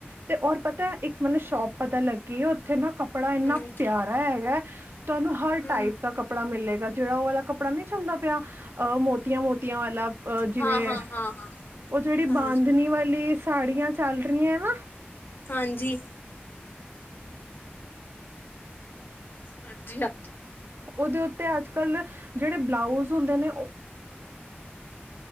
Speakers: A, on the right; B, on the left.
A: ਤੇ ਓਰ ਪਤਾ ਇੱਕ ਮੈਨੂੰ ਸ਼ੋਪ ਪਤਾ ਲੱਗੀ ਹੈ ਉੱਥੇ ਨਾ ਕੱ ਕੱਪੜਾ ਇੰਨਾ
B: ਹੂੰ
A: ਪਿਆਰਾ ਹੈਗਾ। ਤੁਹਾਨੂੰ ਹਰ
B: ਹੂੰ
A: ਟਾਈਪ ਦਾ ਕੱਪੜਾ ਮਿਲੇਗਾ ਜਿਹੜਾ ਉਹ ਵਾਲਾ ਕੱਪੜਾ ਨਹੀਂ ਚੱਲਦਾ ਪਿਆ ਅਹ ਮੋਤੀਆਂ ਮੋਤੀ ਮੋਤੀਆਂ ਵਾਲਾ ਅਹ ਜਿਵੇਂ
B: ਹਾਂ ਹਾਂ ਹਾਂ ਹਾਂ
A: ਉਹ ਜਿਹੜੀ
B: ਸਮਝ
A: ਬਾਂਦ
B: ਗਏ
A: ਵਾਲੀ ਸਾੜੀਆਂ ਚੱਲ ਰਹੀਆਂ ਨਾ
B: ਹਾਂਜੀ ਹਾਂਜੀ ਹ
A: ਉਹਦੇ ਉੱਤੇ ਅੱਜ ਕੱਲ ਜਿਹੜੇ ਸਿੰਪਲ